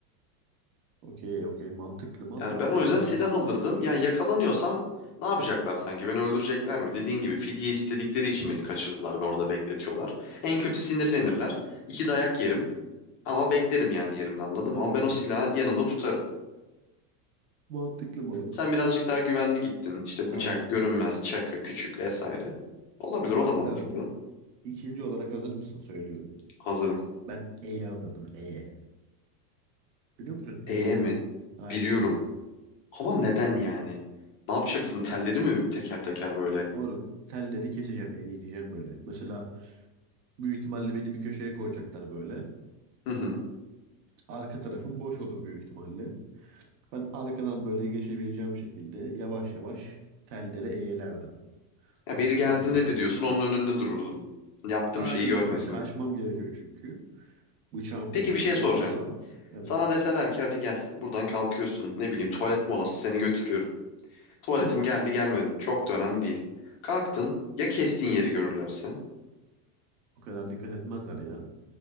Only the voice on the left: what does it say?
Yani ben o
yüzden silah alırdım. Yani yakalanıyorsam ne yapacaklar sanki? Beni öldürecekler mi? Dediğin gibi fidye istedikleri için beni kaçırdılar ve orada bekletiyorlar. En kötü sinirlenirler. İki dayak yerim. Ama beklerim yani yerimde anladın
Ama ben o silahı yanımda tutarım.
Sen birazcık daha güvenli gittin. İşte
bıçak, görünmez, çakı, küçük vesaire. Olabilir
o da mantıklı.
Hazırım.
Ee mi?
Biliyorum.
Ama neden yani? Ne yapacaksın? Telleri mi teker teker böyle?
<laughs>
Ya
biri geldiğinde
de diyorsun onun önünde dururdum. Yaptığım
şeyi görmesin.
Peki
bir şey
soracağım.
Sana deseler ki hadi gel buradan kalkıyorsun. Ne bileyim tuvalet molası seni götürüyorum. Tuvaletim
geldi gelmedin çok da önemli değil. Kalktın ya kestiğin yeri görürlerse?